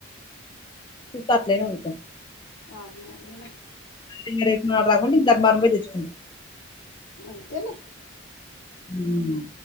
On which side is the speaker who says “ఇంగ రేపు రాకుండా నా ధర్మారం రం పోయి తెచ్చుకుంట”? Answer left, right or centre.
Left